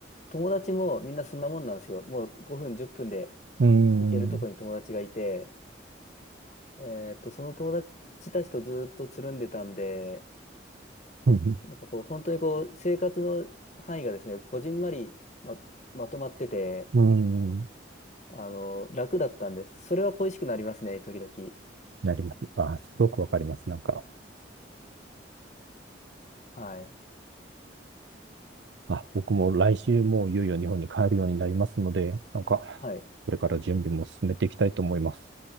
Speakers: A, on the left; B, on the right.
A: 友達もみんなそんなもんなんですよもう5分10分で
B: うん。
A: 行けるとこに友達がいて、
B: う
A: えーっとその友達たちとずっとつるんでたんで
B: ん。
A: なんかこう本当にこう生活の範囲がですねこじんまりま、まとまってて
B: うん
A: あの楽だったんですそれは恋しくなりますね時々
B: なります。ああ、すごくわかります。なんか、
A: はい
B: あ、僕も来週もういよいよ日本に帰るようになりますので、なんか、
A: はい
B: これから準備も進めていきたいと思います。